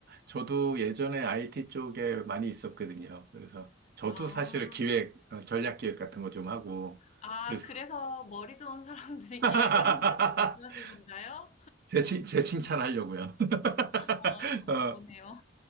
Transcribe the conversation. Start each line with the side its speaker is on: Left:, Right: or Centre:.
Right: 저도 예전에 IT 쪽에 많이 있었거든요. 그래서 저도
Left: 아.
Right: 사실 기획, 어, 전략 기획 같은 거 좀 하고
Left: 아
Right: 그래서
Left: 그래서 머리 좋은 사람들이
Right: <laughs>
Left: <laughs> 기획을 한다고 말씀하신 건가요?
Right: 제, 칭- 제 칭찬하려고요. <laughs>
Left: 아 그런가
Right: 어,
Left: 보네요.